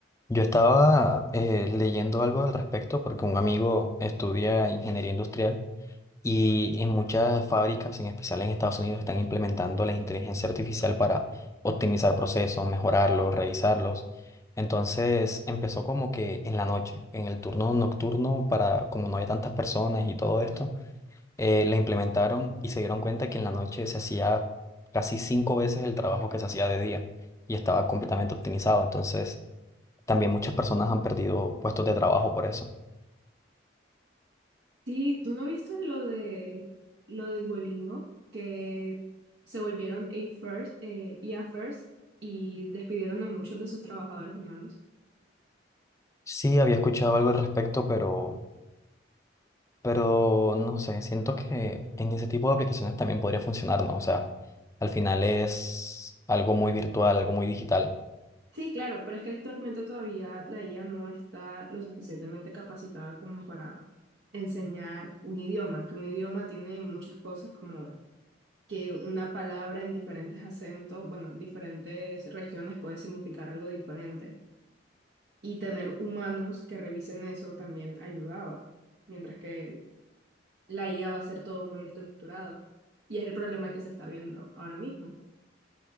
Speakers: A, on the left; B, on the right.
A: Yo estaba eh, leyendo algo al respecto porque un amigo estudia ingeniería industrial y en muchas fábricas, en especial en Estados Unidos, están implementando la inteligencia artificial para optimizar procesos, mejorarlos, revisarlos. Entonces empezó como que en la noche, en el turno nocturno, para como no había tantas personas y todo esto eh, la implementaron y se dieron cuenta que en la noche se hacía casi cinco veces el trabajo que se hacía de día y estaba completamente optimizado. Entonces, también muchas personas han perdido puestos de trabajo por eso.
B: Sí, ¿tú no viste lo de lo de Duolingo que se volvieron A first, eh, I a first y despidieron a muchos de sus trabajadores humanos?
A: Sí, había escuchado algo al respecto, pero, pero no sé, siento que en ese tipo de aplicaciones también podría funcionar, ¿no? O sea, al final es algo muy virtual, algo muy digital.
B: Sí, claro, pero es que actualmente todavía la IA no está lo suficientemente capacitada como para enseñar un idioma, que un idioma tiene muchas cosas como que una palabra en diferentes acentos, bueno, en diferentes regiones puede significar algo diferente. y tener humanos que revisen eso también ayudaba, mientras que la IA va a ser todo muy estructurado. Y es el problema que se está viendo ahora mismo.